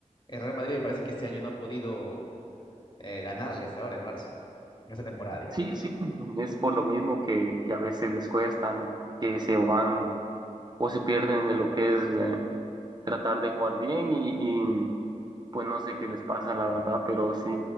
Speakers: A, on the left; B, on the right.
A: El Real Madrid me parece que este año no ha podido eh, ganarle hasta ahora el Barça, en esta temporada, digamos.
B: Sí, sí, es por lo mismo que, que a veces les cuesta, ¿no? Que se van o se pierden de lo que es eh, tratar de jugar bien y, y, pues no sé qué les pasa, la verdad, pero sí